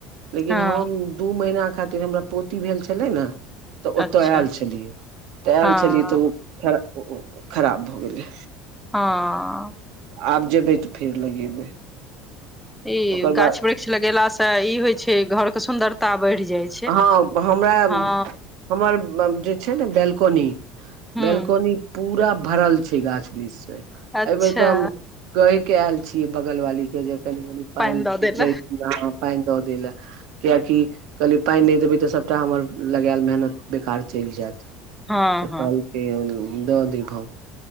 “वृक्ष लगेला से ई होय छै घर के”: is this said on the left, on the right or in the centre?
Centre